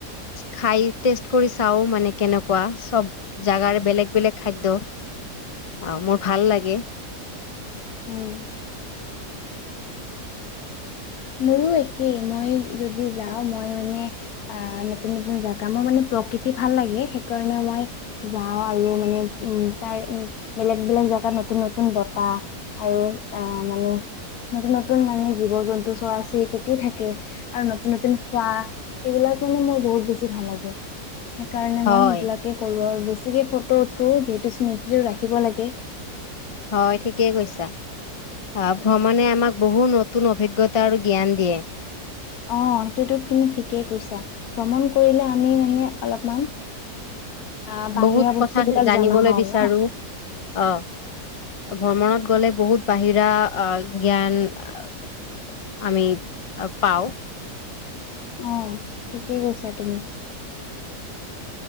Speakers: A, on the left; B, on the left.
A: খাই টেষ্ট কৰি চাও মানে কেনেকুৱা, চব জাগাৰে বেলেগ বেলেগ খাদ্য আৰু মোৰ ভাল লাগে।
B: হুম। মোৰো একেই। মইও যদি যাওঁ মই মানে আহ নতুন নতুন জেগা। মই মানে প্ৰকৃতি ভাল লাগে। সেইকাৰণে মই যাওঁ আৰু মানে উম তাৰ উ বেলেগ বেলেগ জেগাত নতুন নতুন বতাহ। আৰু অ মানে নতুন নতুন মানে জীৱ জন্তু আছেই। ততে থাকে আৰু নতুন নতুন খোৱা। এইবিলাক মানে মোৰ বহুত বেছি ভাল লাগে। সেইকাৰণে
A: হয়
B: মই সেইবিলাকে কৰো আৰু বেছিকে ফটো উঠো যিহেতু স্মৃতি ও ৰাখিব লাগে।
A: হয়। ঠিকেই কৈছা। আ ভ্ৰমণে আমাক বহু নতুন অভিজ্ঞতা আৰু জ্ঞান দিয়ে।
B: অ তো তো তুমি ঠিকেই কৈছা। ভ্ৰমণ কৰিলে আমি মানে অলপমান আ বাহিৰা
A: বহুত
B: বস্তু
A: কথা
B: বিলাক
A: জানিবলৈ
B: জনা হও
A: বিচাৰো
B: ন।
A: অ। ভ্ৰমণত গলে বহুত বাহিৰা আ জ্ঞান আ আমি পাও।
B: অ। থিকেই কৈছা তুমি।